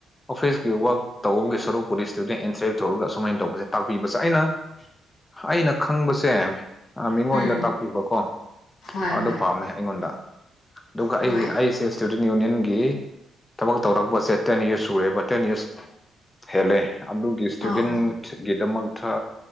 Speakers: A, on the left; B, on the left.
A: ꯑꯣꯐꯤꯁꯀꯤ ꯋꯥꯛ ꯇꯧꯕꯒꯤ ꯁꯔꯨꯛ ꯄꯨꯗꯤ ꯏꯁꯇꯨꯗꯦꯟ ꯑꯦꯟꯇꯔꯦꯛ ꯇꯧꯔꯒ ꯁꯨꯃꯥꯏꯅ ꯇꯧꯕꯁꯦ ꯇꯥꯛꯄꯤꯕꯁꯦ ꯑꯩꯅ ꯑꯩꯅ ꯈꯪꯕꯁꯦ ꯑ ꯃꯤꯉꯣꯟꯗ
B: ꯍꯣꯏ ꯎꯝ
A: ꯇꯥꯛꯄꯤꯕꯀꯣ
B: ꯍꯣꯏ
A: ꯑꯗꯨ
B: ꯍꯣꯏ
A: ꯄꯥꯝꯃꯦ ꯑꯩꯉꯣꯟꯗ ꯑꯗꯨꯒ
B: ꯍꯣꯏ
A: ꯑꯩ ꯑꯩ ꯁꯦꯁ ꯏꯁꯇꯨꯗꯦꯟ ꯌꯨꯅꯤꯌꯟꯒꯤ ꯊꯕꯛ ꯇꯧꯔꯛꯄꯁꯦ ꯇꯦꯟ ꯌꯤꯔꯁ ꯁꯨꯔꯦꯕ ꯇꯦꯟ ꯌꯤꯔꯁ ꯍꯦꯂꯦ ꯑꯗꯨꯒꯤ
B: ꯑꯧ ꯑꯧ
A: ꯒꯤꯗꯃꯛꯇ